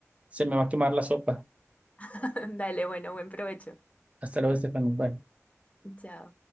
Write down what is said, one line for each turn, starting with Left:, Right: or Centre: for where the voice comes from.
Right: se me va a quemar la sopa.
Left: <laughs> dale, bueno, buen provecho.
Right: Hasta luego, Estefano. Bye.
Left: Chao.